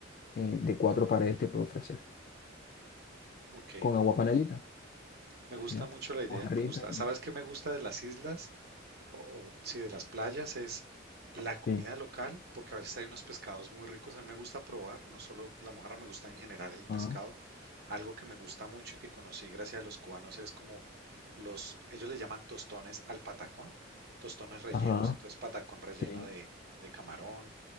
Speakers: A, on the left (about 45°); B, on the right (about 55°).
A: eh, de cuatro paredes te puede ofrecer.
B: Ok,
A: Con agua panelita,
B: me gusta
A: ¿ya?
B: mucho la idea,
A: Mojarrita,
B: me gusta.
A: y-
B: ¿Sabes qué me gusta de las islas? O, si de las playas es la comida
A: sí.
B: local, porque a veces hay unos pescados muy ricos. A mí me gusta probar, no solo la mojarra, me gusta en general el
A: Ajá,
B: pescado. Algo que me gusta mucho y que conocí gracias a los cubanos es como los, ellos le llaman tostones al patacón, tostones rellenos.
A: ajá,
B: Entonces, patacón relleno
A: sí.
B: de, de camarón,